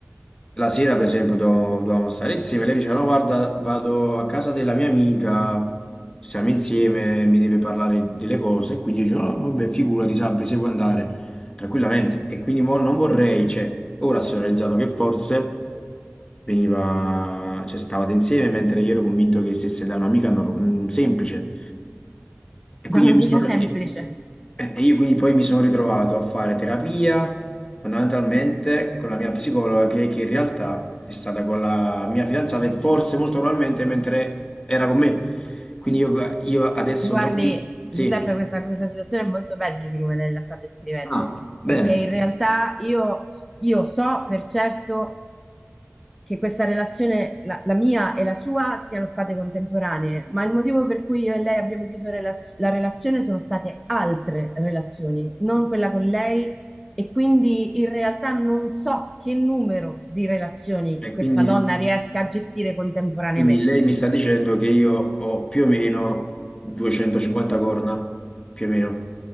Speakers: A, on the left (about 20°); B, in the centre.
A: la sera, per esempio, dovevamo, dovevamo stare insieme. Lei mi diceva: No, guarda, vado a casa della mia amica, siamo insieme, mi deve parlare delle cose. Quindi io dicevo: No, vabbè, figurati, Sabri, se vuoi andare tranquillamente. E quindi mo non vorrei, cioè, ora sto realizzando che forse veniva, cioè, stavate insieme, mentre io ero convinto che stesse da un'amica nor- mm, semplice. E quindi
B: da un'amica
A: io mi sono.
B: semplice.
A: Eh, E io quindi poi mi sono ritrovato a fare terapia fondamentalmente con la mia psicologa che, che in realtà è stata con la mia fidanzata e forse molto probabilmente mentre era con me. Quindi io, io adesso
B: Guardi,
A: dopo...
B: Giuseppe,
A: Sì.
B: questa, questa situazione è molto peggio di come lei la sta descrivendo,
A: Ah,
B: perché
A: bene.
B: in realtà io, io so per certo che questa relazione, la, la mia e la sua, siano state contemporanee, ma il motivo per cui io e lei abbiamo chiuso relaz- la relazione sono state altre relazioni, non quella con lei, e quindi in realtà non so che numero di relazioni
A: E
B: questa
A: quindi,
B: donna riesca a gestire contemporaneamente.
A: quindi lei mi sta dicendo che io ho più o meno 250 corna, più o meno.